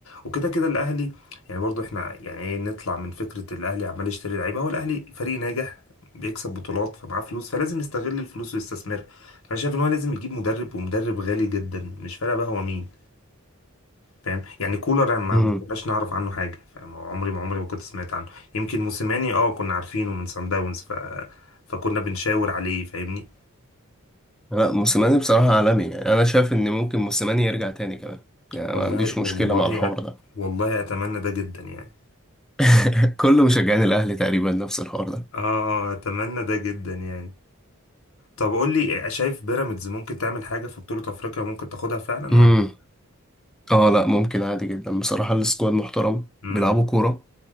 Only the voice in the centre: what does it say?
امم
لا موسيماني بصراحة عالمي يعني أنا شايف إن ممكن موسيماني يرجع تاني كمان يعني أنا
ما عنديش
مشكلة مع الحوار
ده
<laughs> كل مشجعين الأهلي تقريبا نفس الحوار ده
امم
اه لا ممكن عادي جدا بصراحة السكواد محترم
بيلعبوا كورة